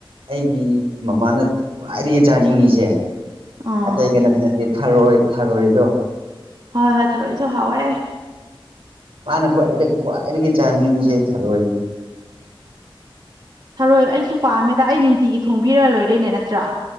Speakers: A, on the right; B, on the right.
A: ꯑꯩꯒꯤ ꯃꯃꯥꯅ ꯈ꯭ꯋꯥꯏꯗꯒꯤ ꯆꯥꯅꯤꯡꯉꯤꯁꯦ
B: ꯑꯣ
A: ꯑꯇꯩ ꯀꯩꯅꯣꯁꯤꯅꯗꯤ ꯊꯥꯔꯣꯏ ꯊꯥꯔꯣꯏꯗꯣ
B: ꯍꯣꯏ ꯍꯣꯏ ꯊꯥꯔꯛꯏꯁꯨ ꯍꯥꯎꯋꯦ
A: ꯃꯥꯅ ꯈ꯭ꯋꯥꯏꯗꯒꯤ ꯈ꯭ꯋꯥꯏꯗꯒꯤ ꯆꯥꯅꯤꯡꯁꯦ ꯊꯥꯔꯣꯏꯅꯤ
B: ꯊꯥꯔꯣꯏ ꯑꯩꯁꯨ ꯄꯥꯝꯃꯦꯗ ꯑꯩ ꯅꯨꯡꯇꯤꯒꯤ ꯊꯣꯡꯕꯤꯔ ꯂꯣꯏꯔꯦꯅꯦ ꯅꯠꯇ꯭ꯔꯥ